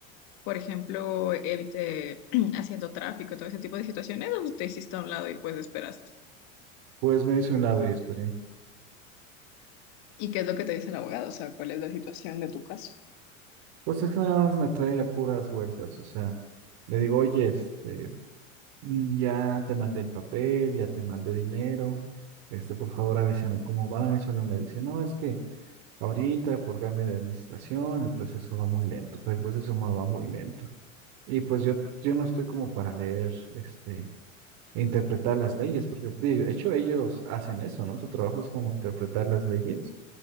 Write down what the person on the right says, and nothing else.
Pues me hice a un lado y esperé.
Pues es que nada más me trae a puras vueltas, o sea, le digo, oye, este, mm, ya te mandé el papel, ya te mandé dinero, este, por favor avísame cómo va, y solo me dice, no, es que ahorita por cambio de administración el proceso va muy lento, pero el proceso ma- va muy lento. Y pues yo, yo no estoy como para leer, este, e interpretar las leyes, porque de hecho ellos hacen eso, ¿no? Su trabajo es como interpretar las leyes